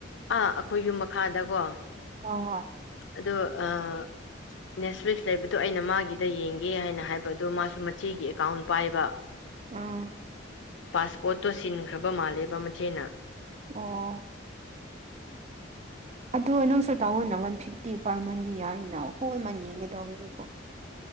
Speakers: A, on the left (about 75°); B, on the right (about 35°).
A: ꯑꯥ ꯑꯥꯈꯣꯏ ꯌꯨꯝ ꯃꯈꯥꯗꯀꯣ
B: ꯍꯣꯏ ꯍꯣꯏ
A: ꯑꯗꯣ ꯑꯥ ꯅꯦꯠꯐ꯭ꯂꯤꯛꯁ ꯂꯩꯕꯗꯣ ꯑꯩꯅ ꯃꯥꯒꯤꯗ ꯌꯦꯡꯒꯦ ꯍꯥꯏꯅ ꯍꯥꯏꯕ ꯑꯗꯨ ꯃꯥꯁꯨ ꯃꯆꯦꯒꯤ ꯑꯦꯀꯥꯎꯟ ꯄꯥꯏꯕ
B: ꯑꯥ
A: ꯄꯥꯁꯋꯥꯠꯇꯣ ꯁꯤꯟꯈ꯭ꯔꯕ ꯃꯥꯜꯂꯦꯕ ꯃꯆꯦꯅ
B: ꯑꯣ ꯑꯗꯣ ꯅꯪꯁꯨ ꯇꯥꯑꯣꯅ ꯋꯥꯟ ꯐꯤꯐꯇꯤ ꯄꯥꯔ ꯃꯟꯗꯤ ꯌꯥꯔꯤꯅ ꯍꯣꯜ ꯃꯟ ꯌꯦꯡꯒꯗꯧꯕꯗꯨꯕꯨ